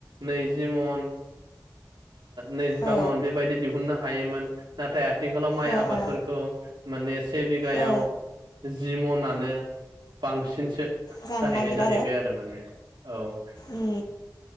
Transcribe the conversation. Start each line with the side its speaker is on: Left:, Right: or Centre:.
Right: नैजि मन। नैजिबा
Left: औ
Right: मन बेबायदि दिहुननो हायोमोन। नाथाय। आथिखालाव माइ आबादफोरखौ
Left: अ अ
Right: मानेस। से बिघायाव
Left: औ
Right: जि। जिमनानो बांसिनसो।
Left: जानो
Right: जाहैनाय
Left: नागिरा
Right: जाहैबाय आरो माने औ।
Left: उम